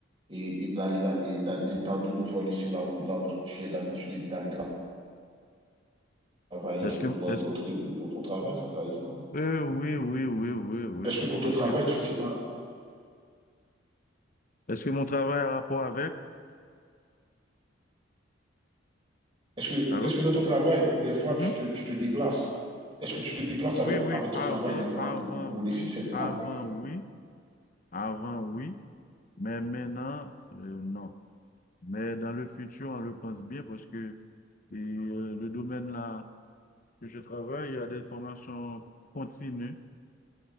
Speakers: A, on the right; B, on the left.
A: et, et d'aller là- et d'a- de, d'a- de devoir laisser là où, là où tu es d'habitude et d'aller tra- travailler
B: Est-ce
A: quelque
B: que,
A: part
B: est-ce,
A: d'autre et- et pour ton travail, ça ne t'arrive pas.
B: euh, oui, oui, oui, oui, oui.
A: Est-ce
B: oui.
A: que pour
B: Parce
A: ton travail,
B: que,
A: tu ne sais pas,
B: est-ce que mon travail a rapport avec?
A: est-ce que,
B: Alors?
A: est-ce que dans ton travail, des fois,
B: Mhm.
A: tu te, tu te déplaces? Est-ce que tu te déplaces avec,
B: Oui, oui,
A: avec ton
B: avant,
A: travail des fois
B: avant,
A: pour, pour, pour
B: oui,
A: laisser cette là
B: avant,
A: avec toi?
B: oui, avant, oui, mais maintenant, euh, non. Mais dans le futur, on le pense bien parce que et, euh, le domaine là que je travaille, il y a des formations continues,